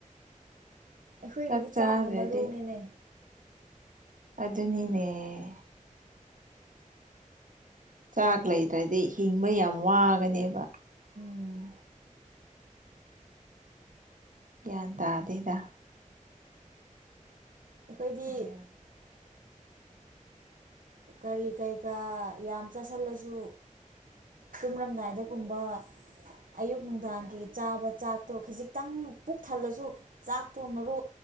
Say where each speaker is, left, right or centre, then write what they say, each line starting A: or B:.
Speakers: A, on the right; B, on the right.
A: ꯑꯩꯈꯣꯏꯒꯤꯗꯤ
B: ꯆꯥꯛ ꯆꯥꯗ꯭ꯔꯗꯤ
A: ꯆꯥꯛꯅ ꯃꯔꯨꯅꯦꯅꯦ
B: ꯑꯗꯨꯅꯤꯅꯦ ꯆꯥꯛ ꯂꯩꯇ꯭ꯔꯗꯤ ꯍꯤꯡꯕ ꯌꯥꯝ ꯋꯥꯒꯅꯦꯕ
A: ꯎꯝ
B: ꯌꯥꯟ ꯇꯗꯦꯗ
A: ꯑꯩꯈꯣꯏꯗꯤ
B: ꯒ꯭ꯌꯥꯟ
A: ꯀꯔꯤ ꯀꯩꯀꯥ ꯌꯥꯝ ꯆꯥꯁꯤꯜꯂꯁꯨ ꯇꯨꯝꯔꯝꯗꯥꯏꯗꯒꯨꯝꯕ ꯑꯌꯨꯛ ꯅꯨꯡꯗꯥꯡꯒꯤ ꯆꯥꯕ ꯆꯥꯛꯇꯣ ꯈꯖꯤꯛꯇꯪ ꯄꯨꯛ ꯊꯜꯂꯁꯨ ꯆꯥꯛꯇꯣ ꯃꯔꯨ